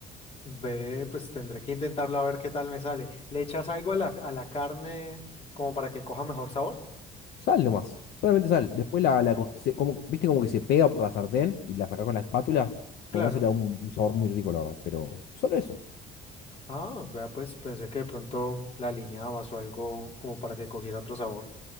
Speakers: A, on the left (about 35°); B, on the left (about 70°).
A: Ve, pues tendré que intentarlo a ver qué tal me sale. ¿Le echas algo a la, a la carne como para que coja mejor sabor?
B: Sal nomás, solamente sal. Después la, la cos- se- como, ¿viste como que se pega por la sartén y la sacás con la espátula?
A: Claro.
B: Bueno, ese le da un un sabor muy rico, la verdad, pero solo eso.
A: Ah, vea, pues pensé que de pronto la aliñabas o algo como para que cogiera otro sabor.